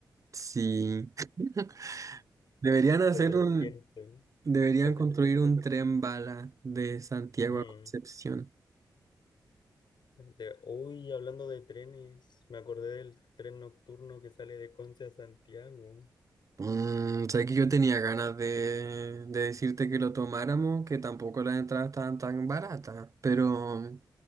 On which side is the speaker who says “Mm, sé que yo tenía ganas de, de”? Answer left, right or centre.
Right